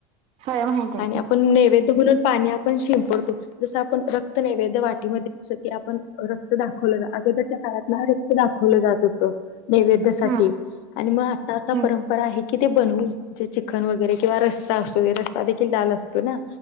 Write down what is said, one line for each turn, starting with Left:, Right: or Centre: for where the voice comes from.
Right: होय माहित आहे
Left: आणि
Right: की
Left: आपण नैवेद म्हणून पाणी आपण शिंपडतो. जस आपण रक्त क्त नैवेद्य वाटीमध्ये जस की आपण रक्त दाखवलं. अगोदरच्या काळात ना रक्त दाखवलं जात होतं. नैवेद्यासाठी
Right: हम्म
Left: आणि मग आता आता
Right: हम्म
Left: परं परा आहे कि ते बनवून जे चिकन वगैरे किंवा रस्सा असतो ते रस्सा देखील लाल असतो ना?